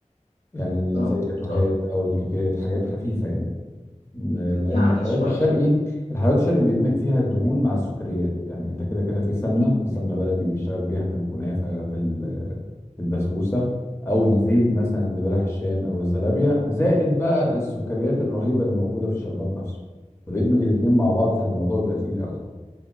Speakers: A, on the left; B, on the left.
A: يعني
B: اه
A: زي جاتوهات
B: بالظبط
A: او الكيكات حاجات خفيفه يعني لان
B: يعني
A: الحلويات
B: شوية
A: الشرقي الحلويات الشرقي بيدمج فيها الدهون مع السكريات يعني انت كده كده في سمنه في سمنه بلدي بيشتغل بيها في الكنافه في ال- في البسبوسه او الزيت مثلا اللي بلح الشام او الزلابيه زائد بقى السكريات الرهيبه اللي موجوده في الشربات نفسه فبيدمج الاثنين مع بعض فالموضوع بيبقى تقيل قوي